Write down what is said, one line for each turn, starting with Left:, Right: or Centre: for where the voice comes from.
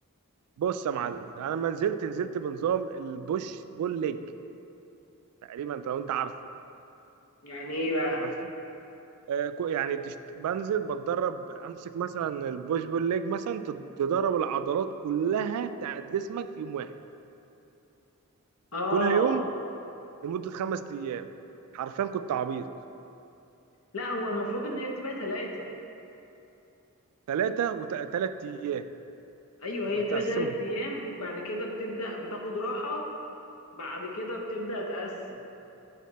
Right: بص يا معلم انا لما نزلت نزلت بنظام البوش بول ليج تقريبا انت لو انت عارفه
Left: يعني ايه بقى
Right: عارفه آه كو- يعني تشت... بنزل بتدرب امسك مثلا البوش بول ليج مثلا تد- تدرب العضلات كلها بتاعت جسمك في يوم واحد
Left: اه
Right: كل يوم لمدة خمس ايام حرفيا كنت عبيط
Left: لا هو المفروض ان هي تبقى ثلاثة
Right: ثلاثة وثلاث ايام
Left: ايوه
Right: بتقسمهم
Left: هي بتبقى تلات ايام بعد كده بتبدا بتاخد راحه بعد كده بتبدا تقسم